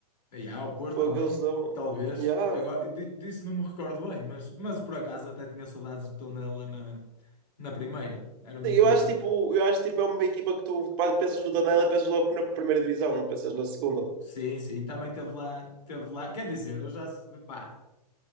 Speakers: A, on the left; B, on the right.
A: E há o Porto
B: Foi
A: também,
B: que eles davam.
A: talvez.
B: Yeah.
A: Agora, di- disso não me recordo bem, mas, mas por acaso até tinha saudades do Tondela na, na primeira. Era uma
B: Sim,
A: equipa.
B: eu acho tipo, eu acho tipo é uma equipa que tu pá, pensas no Tondela, pensas logo na primeira divisão, não pensas na segunda.
A: Sim, sim, também teve lá, teve lá. Quer dizer, eu já, se- pá,